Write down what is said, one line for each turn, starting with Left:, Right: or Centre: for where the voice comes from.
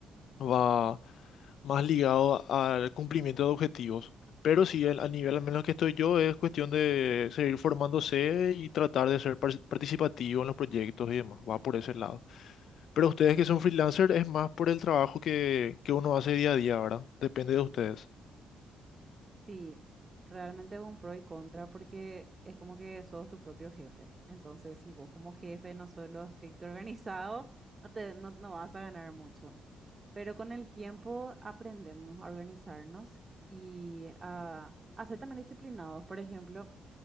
Left: va más ligado al cumplimiento de objetivos. Pero sí, el- a nivel al menos que estoy yo, es cuestión de seguir formándose y tratar de ser par- participativo en los proyectos y demás. Va por ese lado. Pero ustedes que son freelancers, es más por el trabajo que, que uno hace día a día, ¿verdad? Depende de ustedes.
Right: Sí, realmente es un pro y contra porque es como que sos tu propio jefe. Entonces, si vos como jefe no sos lo estricto <laughs> organizado, no te, no, no vas a ganar mucho. Pero con el tiempo aprendemos a organizarnos y a, a ser también disciplinados. Por ejemplo,